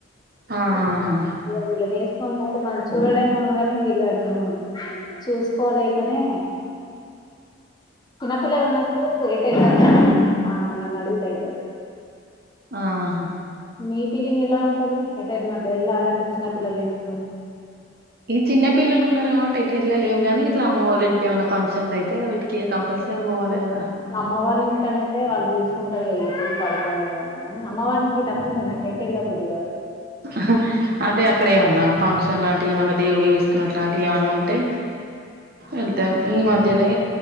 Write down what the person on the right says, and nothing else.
ఆహా
ఆహా
ఈ చిన్న పిల్లలు ఉన్నారు గవట్టి ఎట్ ఏళ్లలేవ్ గానీ ఇట్లా అమ్మ వాళ్ళ ఇంటికి ఏమైనా ఫంక్షన్లు అయితే కే కంపల్సరీ ఓవాలె గదా
ఆహా అదే అక్కడ ఏమన్నా ఫంక్షన్ లాంటివి ఏమన్నా దేవుడు ఏసుకున్నట్ అట్లాటియ్ ఏమన్నా ఉంటే ఏళ్తాం ఈ మధ్యలే